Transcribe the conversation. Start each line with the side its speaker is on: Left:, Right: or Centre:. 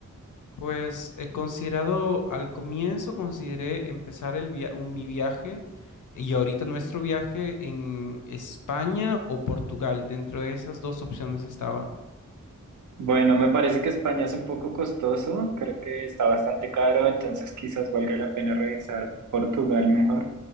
Left: Pues he considerado, al comienzo consideré empezar el via- un- mi viaje y ahorita nuestro viaje en España o Portugal. Dentro de esas dos opciones estaba.
Right: Bueno, me parece que España es un poco costoso, creo que está bastante caro, entonces quizás valga la pena revisar Portugal mejor.